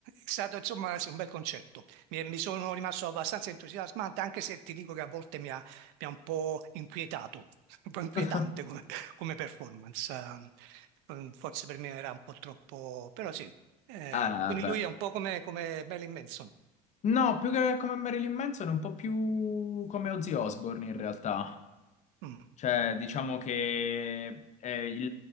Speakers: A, on the right (about 65°); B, on the left (about 35°).
A: È stato insomma sì, un bel concerto. Mi, mi sono rimasto abbastanza entusiasmante, anche se ti dico che a volte mi ha, mi ha un po' inquietato, <laughs> un po' inquietante
B: <laughs>
A: come, come performance. Eh, Forse per me era un po' troppo, però sì. Eh,
B: Eh,
A: quindi
B: beh.
A: lui è un po' come, come Marilyn Manson.
B: No, più che come Marilyn Manson, è un po' più come Ozzy Osbourne in realtà.
A: Mm.
B: Cioè, diciamo che è il,